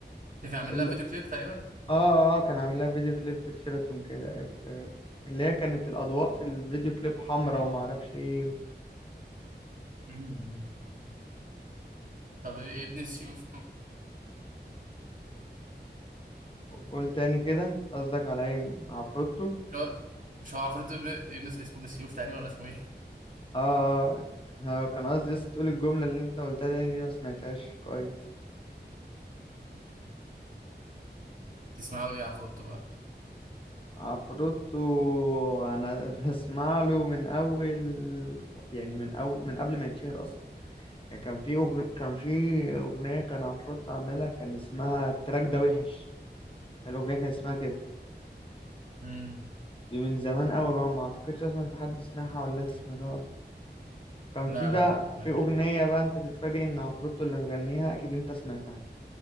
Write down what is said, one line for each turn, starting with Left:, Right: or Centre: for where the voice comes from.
Right: كان عامل
Left: ال...
Right: لها فيديو
Left: آه
Right: كليب تقريبا
Left: آه آه، كان عامل لها فيديو كليب في الشيراتون كده في... اللي هي كانت الأضواء في الفيديو كليب حمرا وما أعرفش إيه
Right: مم. طب إيه ابن السيوف
Left: قول تاني كده قصدك على إيه عفروتو
Right: مش هو مش هو عفروتو ابن ابن اسمه ابن السيوف تقريبا ولا اسمه ايه؟
Left: آه آه، آه، كان قصدي بس تقول الجملة اللي أنت قلتها تاني دي ما سمعتهاش كويس
Right: تسمع له ايه عفروتو بقى؟
Left: عفروتو انا <laughs> بسمع له من اول يعني من اول من قبل ما يتشهر اصلا يعني كان في أغ... كان في اغنيه كان عفروتو عاملها كان اسمها التراك ده وحش الاغنيه كان اسمها كده
Right: امم
Left: دي من زمان قوي بقى ما اعتقدش اصلا في حد سمعها ولا انت سمعتها اصلا كان
Right: لا
Left: في بقى
Right: لا لا
Left: في
Right: محتاج
Left: اغنيه بقى انت تتفاجئ ان عفروتو اللي مغنيها اكيد انت سمعتها